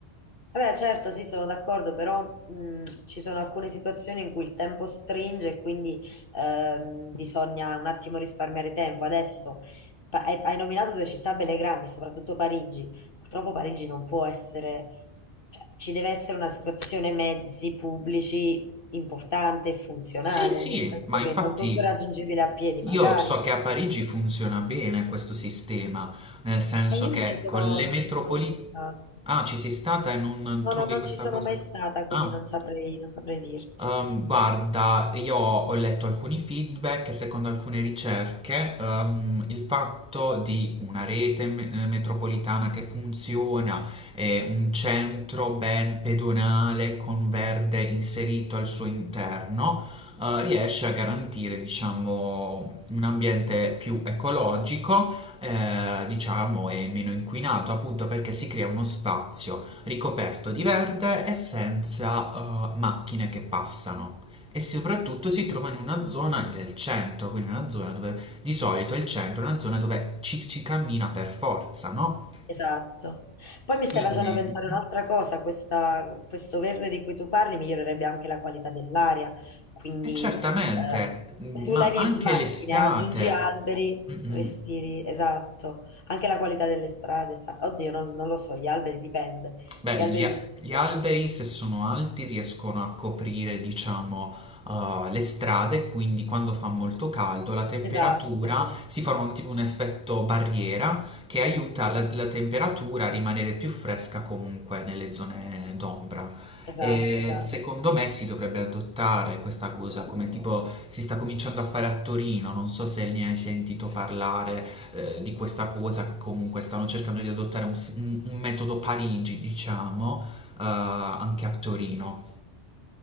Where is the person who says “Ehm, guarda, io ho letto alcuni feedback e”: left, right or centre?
Centre